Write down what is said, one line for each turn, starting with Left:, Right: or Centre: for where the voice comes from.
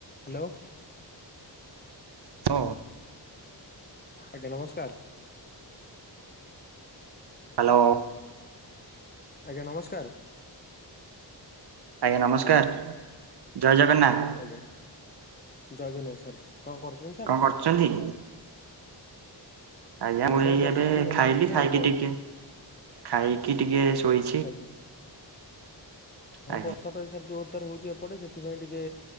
Left: Hello.
Right: ତ
Left: ଆଜ୍ଞା ନମସ୍କାର।
Right: ହ୍ୟାଲୋ।
Left: ଆଜ୍ଞା ନମସ୍କାର।
Right: ଆଜ୍ଞା ନମସ୍କାର ଜୟ ଜଗନ୍ନାଥ।
Left: ଆଜ୍ଞା ଜୟଜନାଥ ସାର୍ କଣ କରୁଛନ୍ତି? ସାର୍
Right: କଁ କରୁଛନ୍ତି? ଆଜ୍ଞା ମୁଁ ଏଇ
Left: ସାର୍ ବସିଥିଲି
Right: ଏବେ
Left: ଘର
Right: ଖାଇଲି
Left: ପାଖରେ
Right: ଖାଇକି
Left: ଏଇ ବର୍ଷା
Right: ଟିକେ ଖାଇକି ଟିକେ ଶୋଇ
Left: ଆଜ୍ଞା। ହଁ
Right: ଆଜ୍ଞା
Left: ବର୍ଷା ତ ଏଇସାରା ଯୋରଦ୍ଦାର ହଉଛି ଏପଟେ ସେଥିପାଇଁ ଟିକେ